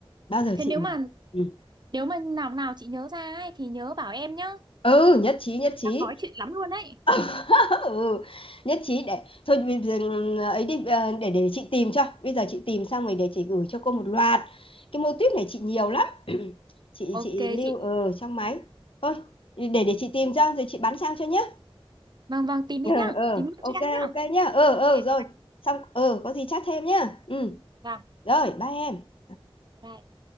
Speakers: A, on the left (about 65°); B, on the right (about 50°).
A: bao giờ
B: thế
A: chị
B: nếu
A: mình
B: mà
A: ừ,
B: nếu mà nào nào chị nhớ ra ấy, thì nhớ bảo em nhá
A: ừ nhất trí nhất trí
B: đang nói chuyện lắm luôn đấy
A: <laughs> ừ, nhất trí để thôi bây giờ ừ, ấy đi ờ, để để chị tìm cho bây giờ chị tìm xong rồi để chị gửi cho cô một loạt cái mô típ này chị nhiều lắm <clears throat> chị
B: ok
A: chị lưu
B: chị
A: ở trong máy thôi để để chị tìm cho rồi chị bán sang cho nhé
B: vâng vâng tìm
A: ờ
B: đi nhá
A: ờ
B: tìm
A: ok
B: cho
A: ok
B: em nhá
A: nhá ờ
B: ok
A: ừ, ờ ừ, rồi xong ờ có gì chat thêm nhá ừ
B: vâng
A: Rồi, ba em.
B: bye bye